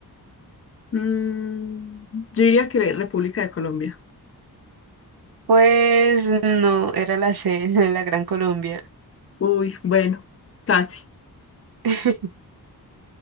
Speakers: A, on the left (about 40°); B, on the right (about 75°).
A: Mm, yo diría que República de Colombia.
B: Pues no, era la C, <laughs> la Gran Colombia.
A: Uy, bueno, casi.
B: <laughs>